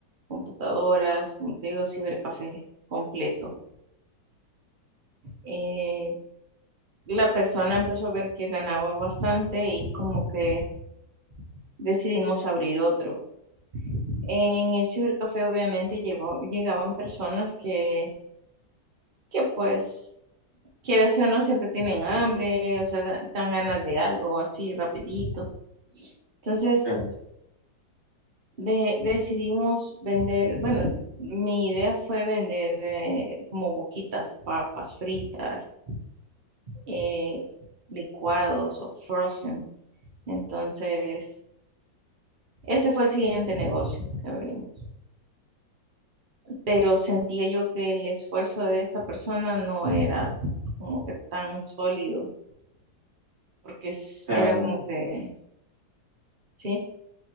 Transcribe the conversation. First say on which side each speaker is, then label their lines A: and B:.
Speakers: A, on the right; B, on the right.
A: computadoras, como te digo, cibercafé completo. Eh, la persona empezó a ver que ganaba bastante y como que decidimos abrir otro. En el cibercafé obviamente llegó- llegaban personas que, que pues, quieras o no, siempre tienen hambre, o sea, da- dan ganas de algo así rapidito. Entonces,
B: Eh, O
A: de- decidimos vender, bueno, mi idea fue vender eh, como boquitas, papas fritas, eh, licuados o frozen. Entonces, ese fue el siguiente negocio que abrimos. Pero sentía yo que el esfuerzo de esta persona no era como que tan sólido, porque es-
B: sea,
A: era como que, sí,